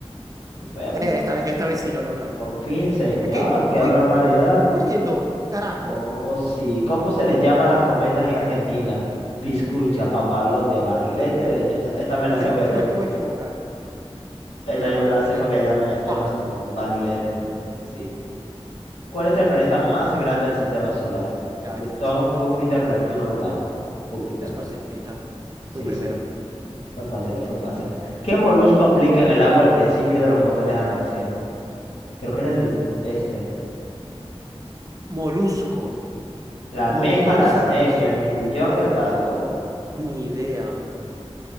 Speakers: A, on the left (about 70°); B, on the right (about 35°).
A: ¿El fémur?
B: Eh, esta, esta vez sí lo logramos.
A: Por fin, señor,
B: Porque voy,
A: qué barbaridad.
B: voy, voy perdiendo. Carajo.
A: Oh, sí. ¿Cómo se les llama a las cometas en Argentina? Piscucha, papalote, barrilete. De hecho, esa- esta me la sé
B: Creo
A: porque
B: que
A: esta,
B: me acabo de equivocar.
A: esta
B: Era
A: ya
B: barrilete.
A: me la sé porque ya me, ya
B: Pa.
A: me ha salido un barrilete. Sí. ¿Cuál es el planeta más grande del sistema solar?
B: Ya,
A: Plutón,
B: este facilita.
A: Júpiter, Neptuno, Urano. Júpiter.
B: Este es facilita.
A: Sí,
B: Fui primero.
A: sí. Fue fácil, fue fácil. ¿Qué molusco aplica en el agua al principio de los motores a reacción? Creo que era el este.
B: Molusco.
A: La almeja,
B: Motores
A: la sepia,
B: a reacción.
A: el mejillón, el caracol.
B: Ni idea.